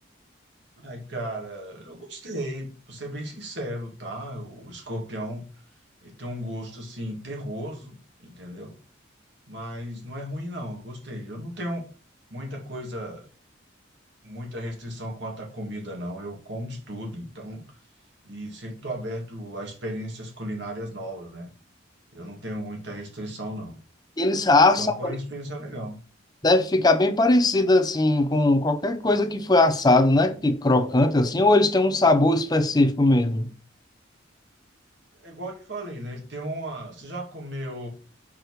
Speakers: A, on the right (about 60°); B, on the left (about 20°).
A: Ai, cara, eu gostei, pra ser bem sincero, tá? O Escorpião, ele tem um gosto, assim, terroso, entendeu? Mas não é ruim, não, eu gostei. Eu não tenho muita coisa, muita restrição quanto à comida, não. Eu como de tudo, então, e sempre estou aberto a experiências culinárias novas, né? Eu não tenho muita restrição, não.
B: Eles assam.
A: Então, foi uma experiência legal.
B: Deve ficar bem parecido assim com qualquer coisa que foi assado, né? Que crocante assim, ou eles têm um sabor específico mesmo?
A: É igual eu te falei, né? Ele tem uma... Você já comeu